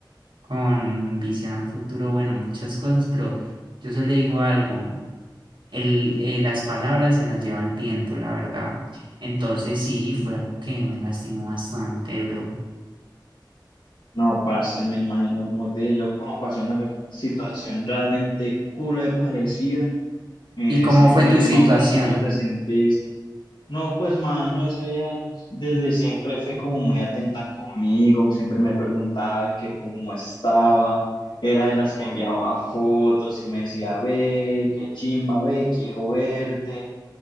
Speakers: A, on the right; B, on the left.
A: con visión al futuro, bueno, muchas cosas, pero yo solo le digo algo, el- eh, las palabras se las lleva el viento, la verdad. Entonces sí, fue algo que me lastimó bastante, bro.
B: No, parce, me imagino, como te dije, yo como pasó una situación realmente culo de parecida, eh,
A: ¿Y cómo
B: sé
A: fue
B: me-
A: tu situación?
B: más o menos cómo te sentís No, pues mano, esa vieja desde siempre fue como muy atenta conmigo, siempre me preguntaba de que cómo estaba, era de las que enviaba fotos y me decía, ve, qué chimba, ve, quiero verte.